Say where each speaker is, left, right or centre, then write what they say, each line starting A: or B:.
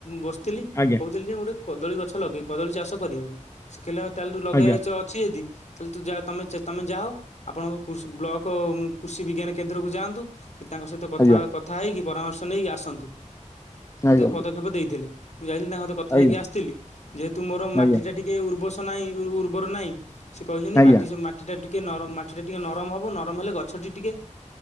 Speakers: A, on the left; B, on the left.
A: ବସିଥିଲି
B: ଆଜ୍ଞା
A: କହୁଥିଲି ଯେ କଦଳୀ ଗଛ ଲଗେଇ କଦଳୀ ଚାଷ କରିବାକୁ ଶିଖିଲ ତାଲୁ ଲଗେଇବାରେ
B: ଆଜ୍ଞା
A: ଅଛି ଯଦି ତାହେଲେ ଯମେ ତମେ ଯା ହ ଆପଣଙ୍କ ବ୍ଲକ କୃଷି ବିଜ୍ଞାନ କେନ୍ଦ୍ରକୁ ଯାଆନ୍ତୁ ସେ ତାଙ୍କ ସହିତ କଥା
B: ଆଜ୍ଞା
A: କଥା ହେଇକି ପରାମର୍ଶ ନେଇକି ଆସନ୍ତୁ
B: ଆଜ୍ଞା
A: ମୋତେ ପଦକ୍ଷେପ ଦେଇଥିଲେ। ମୁଁ ଯାଇଥିଲି ତାଙ୍କ ସହିତ କଥା
B: ଆଜ୍ଞା
A: ହେଇକି ଆସିଥିଲି ଯେହେତୁ ମୋର
B: ଆଜ୍ଞା।
A: ମାଟିଟା ଟିକେ ଉର୍ବସ ନାହିଁ ଉର୍ବର ନାହିଁ ସେ କହିଛନ୍ତି
B: ଆଜ୍ଞା।
A: ମାଟି ମାଟି ଟା ଟିକେ ନରମ ମାଟି ଟା ଟିକେ ନରମ ହବ ନରମ ହେଲେ ଗଛଟି ଟିକେ